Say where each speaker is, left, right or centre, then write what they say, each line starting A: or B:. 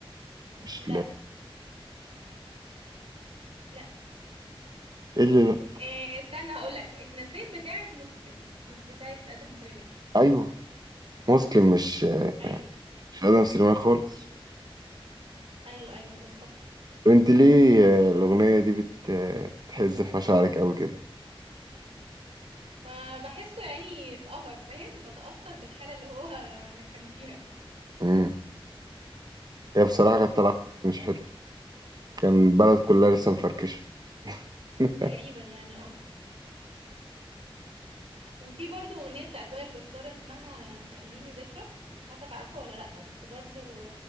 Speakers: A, on the right; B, on the right.
A: مش
B: لا
A: ل...
B: لا
A: ايه اللي لا
B: آه، استنى هقولك اتنسيت بتاعت مسلم مش بتاعت أدهم سليمان
A: ايوه مسلم مش
B: أيوه
A: مش ادم سليمان خالص
B: أيوه أيوه اتلخبطت
A: وانت ليه آه، الأغنية دي بت آه، بتحز في مشاعرك أوي كده
B: ما بحسه يعني اتقهر فاهم بتأثر بالحالة اللي هو <laughs> كان فيها
A: امم هي بصراحة كانت طالعة مش حلو كان البلد كلها لسه مفركشة <laughs>
B: تقريبا يعني وفي برضو أغنية بتاعت وائل جسار اسمها خليني ذكرى مش عارفة تعرفها ولا لأ بس برضو